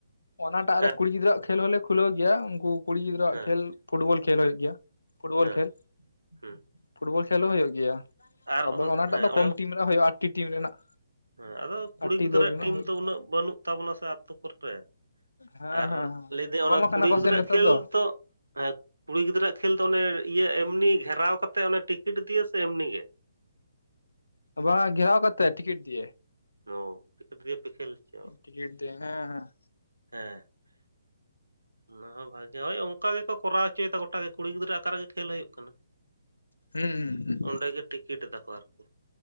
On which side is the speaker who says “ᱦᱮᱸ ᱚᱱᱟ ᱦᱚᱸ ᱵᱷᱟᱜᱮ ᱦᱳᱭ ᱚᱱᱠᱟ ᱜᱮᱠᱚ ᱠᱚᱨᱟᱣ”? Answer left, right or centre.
Right